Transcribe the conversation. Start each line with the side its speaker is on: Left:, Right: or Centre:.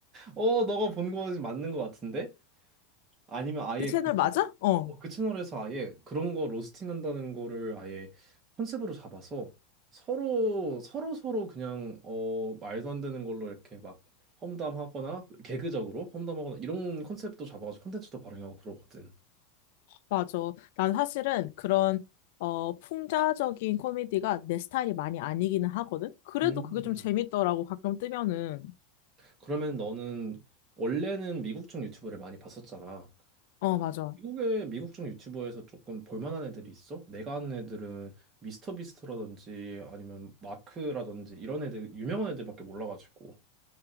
Right: 어, 너가 본 거 맞는 거 같은데? 아니면 아예
Left: 그 채널
Right: 그, 채널-
Left: 맞아? 어.
Right: 어, 그 채널에서 아예 그런 거 로스팅한다는 거를 아예 컨셉으로 잡아서 서로 서로 서로 그냥 어 말도 안 되는 걸로 이렇게 막 험담하거나 개그적으로 험담하거나 이런 컨셉도 잡아가지고 콘텐츠도 발행하고 그러거든.
Left: 맞아. 난 사실은 그런 어 풍자적인 코미디가 내 스타일이 많이 아니기는 하거든. 그래도
Right: 음,
Left: 그게 좀
Right: 음.
Left: 재밌더라고 가끔 뜨면은.
Right: 그러면 너는 원래는 미국 쪽 유튜브를 많이 봤었잖아.
Left: 어, 맞아.
Right: 미국의 미국 중 유튜버에서 조금 볼만한 애들이 있어? 내가 아는 애들은 미스터 비스트라든지 아니면 마크라든지 이런 애들 유명한 애들밖에 몰라가지고.